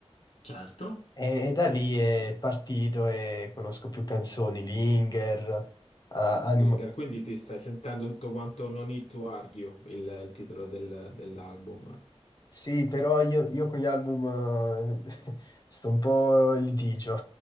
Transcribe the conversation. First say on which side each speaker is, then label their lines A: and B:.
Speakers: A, on the left (about 70°); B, on the left (about 35°).
A: certo.
B: E, e da lì è partito e conosco più canzoni, Linger, eh, Animo-
A: Linger, quindi ti stai sentendo tutto quanto No Need to Argue, il, il titolo del- dell'album.
B: Sì, però io, io con gli album eh, <laughs> sto un po' in litigio.